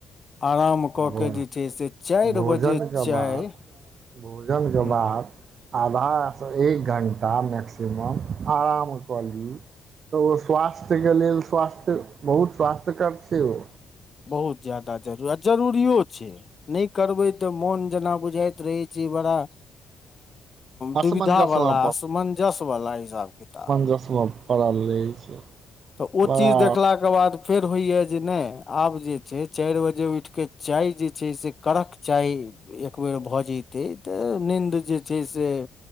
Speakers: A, on the left; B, on the right.
A: आराम कऽ
B: भ
A: के जे छै से चारि
B: भोजन
A: बजे
B: कऽ
A: चाय
B: बाद भोजन
A: हूँ
B: कऽ बाद आधा एक घण्टा मैक्सिमम आराम कऽ ली तऽ ओ स्वास्थ्यके लेल स्वास्थ्य बहुत स्वास्थ्यकर छै ओ
A: बहुत ज्यदा जरूरी आ जरूरिो छै नहि करबै तऽ मोन जेना बुझाइत रहै छै बड़ा
B: असमंजसमे
A: दुविधा वाला असमंजस्य वाला हिसाब किताब
B: जसबम पड़ल रहै छै
A: तऽ ओ
B: बड़ा
A: चीज देखलाकऽ बाद फेर होइया जे नहि आब जे छै चारि बजे उठिक चाय जे छै से कड़क चाय एक बेेर भऽ जतै तऽ नीन्द जे छै से